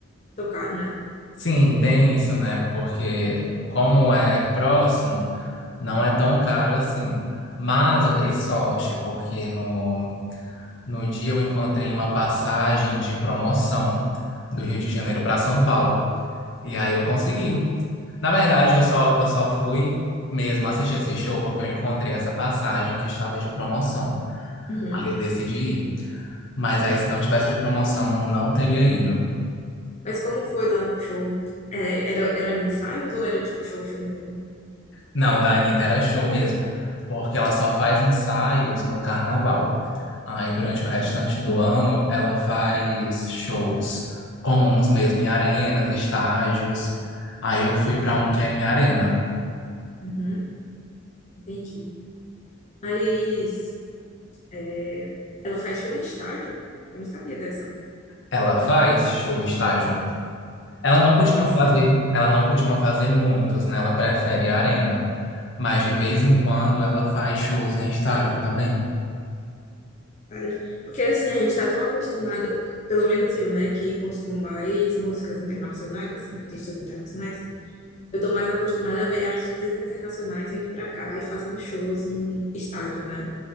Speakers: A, on the left (about 35°); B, on the left (about 65°).
A: tão caro, né?
B: Sim, tem isso, né? Porque como é próximo, não é tão caro assim. Mas eu dei sorte, porque no, no dia eu encontrei uma passagem de promoção do Rio de Janeiro para São Paulo. E aí eu consegui. Na verdade, eu só, eu só fui mesmo assistir esse show porque eu encontrei essa passagem que estava de promoção.
A: Uhum.
B: Aí eu decidi ir. Mas aí, se não tivesse de promoção, não, não teria ido.
A: Mas como foi lá pro show? É, era, era ensaios ou era tipo show, show mesmo?
B: Não, o da Anitta era show mesmo, porque ela só faz ensaios no carnaval. Aí, durante
A: Uhum.
B: o restante do ano, ela faz shows comuns mesmo, em arenas, estágios. Aí eu fui para um que era em arena.
A: Uhum. Entendi. Mas é, ela faz show em estádio. Eu não sabia dessa.
B: Ela faz show em estágio. Ela não costuma
A: Passado.
B: fazer, ela não costuma fazer muitos, né? Ela prefere a arena, mas de vez em quando ela faz shows em estádio também.
A: Olha. Porque assim, a gente tá tão acostumada, pelo menos eu, né, que consumo mais músicas internacionais, assim, artistas internacionais. Eu tô mais acostumada a ver artistas internacionais vindo pra cá e fazendo shows em estádio, né?